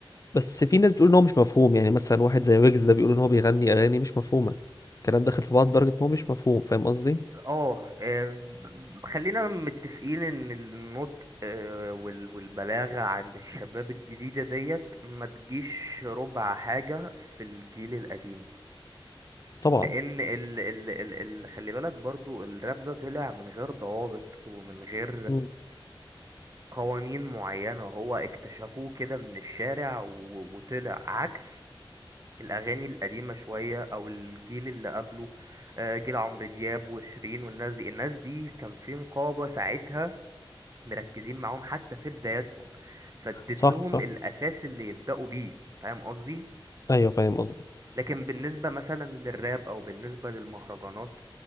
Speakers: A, on the left; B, on the right.
A: بس في ناس بتقول ان هو مش مفهوم يعني مثلا واحد زي ويجز ده بيقول ان هو بيغني اغاني مش مفهومه الكلام داخل في بعض لدرجه ان هو مش مفهوم فاهم قصدي
B: اه آه، ب- خلينا متفقين ان النطق آه، وال- والبلاغة عند الشباب الجديدة ديت ما تجيش ربع حاجة في الجيل القديم
A: طبعا
B: لان ال ال ال ال خلي بالك برضو الراب ده طلع من غير ضوابط ومن غير
A: مم.
B: قوانين معينة هو اكتشفوه كده من الشارع و- وطلع عكس الأغاني القديمة شوية أو الجيل اللي قبله آه، جيل عمرو دياب وشيرين والناس دي الناس دي كان في نقابة ساعتها مركزين معاهم حتى في بداياتهم فاديت
A: صح
B: لهم
A: صح
B: الأساس اللي يبدأوا بيه فاهم قصدي؟
A: ايوه فاهم قصدك
B: لكن بالنسبة مثلا للراب أو بالنسبة للمهرجانات